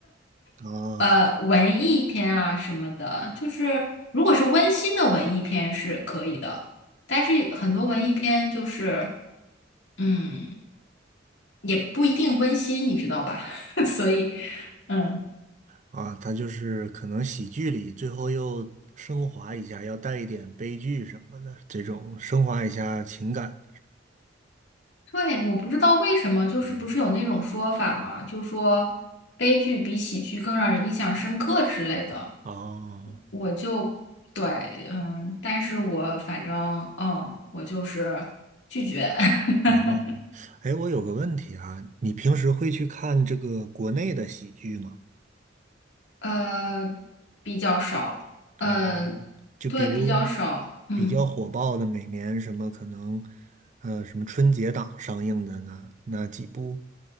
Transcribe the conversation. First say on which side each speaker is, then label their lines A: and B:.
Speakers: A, on the right; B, on the left.
A: 啊，
B: 呃，文艺片啊什么的，就是如果是温馨的文艺片是可以的，但是很多文艺片就是，嗯，也不一定温馨，你知道吧？<laughs> 所以，嗯，
A: 啊，他就是可能喜剧里最后又升华一下，要带一点悲剧什么的，这种升华一下情感。
B: 对，我不知道为什么，就是不是有那种说法嘛，
A: 嗯，
B: 就说悲剧比喜剧更让人印象深刻之类的，
A: 啊
B: 我就对，嗯，但是我反正，嗯，我就是拒绝。<laughs>
A: 啊，哎，我有个问题啊，你平时会去看这个国内的喜剧吗？
B: 呃，比较少，
A: 啊，
B: 呃，
A: 就比如
B: 对，比较少，嗯，
A: 比较火爆的，每年什么可能，呃，什么春节档上映的那那几部